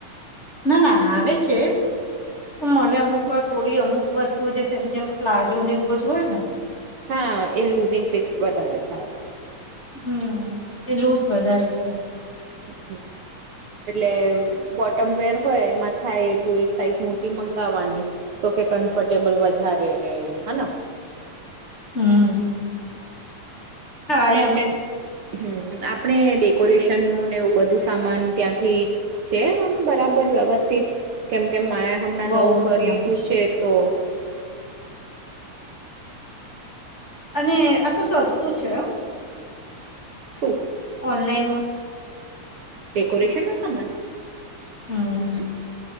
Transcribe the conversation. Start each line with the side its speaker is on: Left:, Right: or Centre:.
Left: ના ના આવે છે. તો મને અમુક વાર થોડી અમુક વસ્તુઓ સેમ જેમ પ્લાઝો ને એવ બધું હોય ને
Right: હા એ લુઝિંગ ફીઝ વધારે સારુ.
Left: હમમ એ લુંઝ વધારે સારું.
Right: <unintelligible> એટલે બોટમ વેર હોય એમાં થાય એટલું એક સાઈઝ મોટી મંગાવાની. તો કે કમ્ફર્ટેબલ વધારે રહેવું હેને.
Left: હમ. હા
Right: અને આપને.
Left: એ છે
Right: હમ આપણે ડેકોરેશન નું ને એવું બધું સામાન ત્યાંથી છે આમ બરાબર વ્યવસ્થિત કેમ કે મા હમણાં
Left: બહુ
Right: નવું ઘર
Left: જ મસ્ત
Right: લીધું છે તો.
Left: અને આ તો સસ્તું છે હો.
Right: શું.
Left: ઓનલાઈન માં‌.
Right: ડેકોરેશન નુ સામાન
Left: હમ
Right: હ.